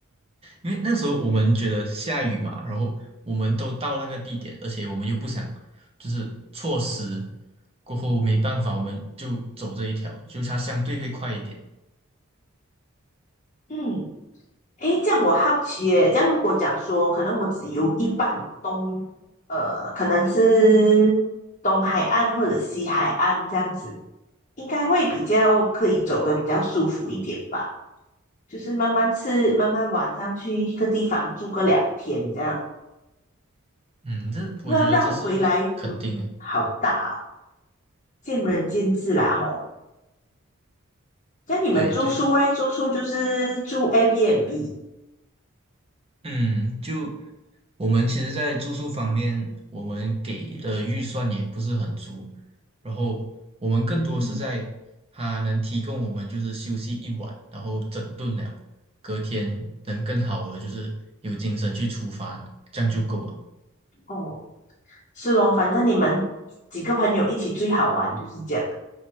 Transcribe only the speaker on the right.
因为那时候我们觉得下雨嘛，然后我们都到那个地点，而且我们又不想就是错失，过后没办法，我们就走这一条，就它相对会快一点。
嗯，这我觉得这是肯定的。
对对。
嗯，就我们其实，在住宿方面，我们给的预算也不是很足，然后我们更多是在
它能提供我们就是休息一晚，然后整顿了，隔天能更好的就是有精神去出发，这样就够了。